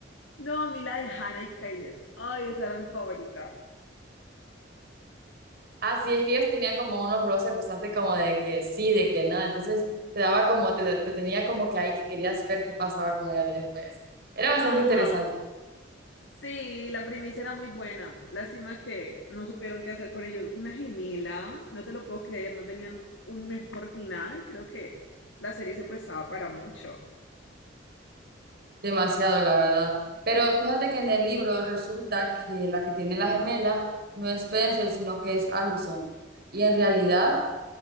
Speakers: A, on the left; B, on the right.
A: No, a mí la de Hannah y Caleb. Ay, esa era mi favorita.
B: Ah, sí, es que ellos tenían como unos roces bastante como de que sí, de que no, entonces te daba como, te, te tenía como que ahí que querías ver qué pasaba con ellos después. Era bastante
A: Ajá.
B: interesante,
A: Sí, la primicia era muy buena. Lástima que no supieron qué hacer con ellos. Una gemela, no te lo puedo creer, no tenían un mejor final. Creo que la serie se prestaba para mucho.
B: demasiado la verdad. Pero fíjate que en el libro resulta que la que tiene la gemela no es Spencer, sino que es Allison. Y en realidad